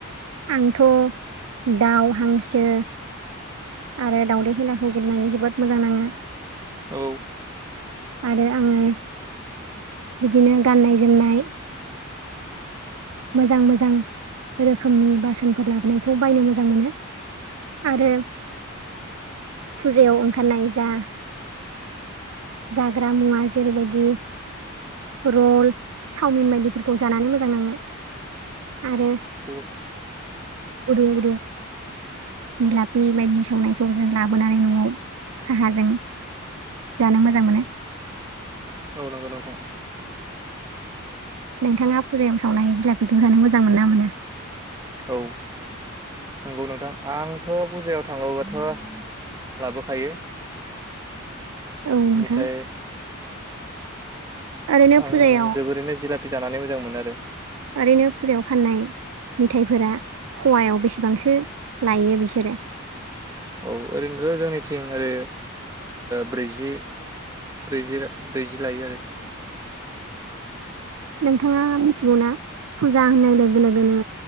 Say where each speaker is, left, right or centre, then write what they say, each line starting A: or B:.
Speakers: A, on the right; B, on the right.
A: आंथ' दाउ हांसो आरो दावउदै खेलाखौ गेलेनानै जोबोद मोजां नाङो।
B: औ
A: आरो आङो बिदिनो गाननाय जोमनाय मोजां मोजां रोखोमनि बासोनफोर लाबोनायखौ बायनो मोजां मोनो आरो फुजायाव ओंखारनाय जा जाग्रा मुवा जेरैबायदि रल चावमिन बायदिफोरखौ जानानै मोजां नाङो आरो।
B: औ।
A: गुदुं गुदुं जिलापि बायदिनि सावनायखौ जों लाबोनानै न'आव साहाजों। जानो मोजां मोनो।
B: औ नंगौ नोंथां।
A: नोंथाङा फुजायाव सावनाय जिलापिखौ जानो मोजां मोनो ना मोना।
B: औ नंगौ नोंथां आंथ' बपुजायाव थांङोबाथ'। लाबोखायो
A: औ नोंथां
B: मेथाइ
A: ओरैनो
B: आं
A: फुजायाव
B: जोबोरैनो जिलापि जानानै मोजां मोनो आरो।
A: ओरैनो फुजायाव फाननाय मेथायाइफोरा फवायाव बेसेबांसो लायो बिसोरो।
B: औ ओरैनोथ' जोंनि थिं ओरै ब्रैजि ब्रैजि ब्रैजि लायो आरो।
A: नोंथाङा मिथिगौना फुजा होननाय लोगो लोगोनो।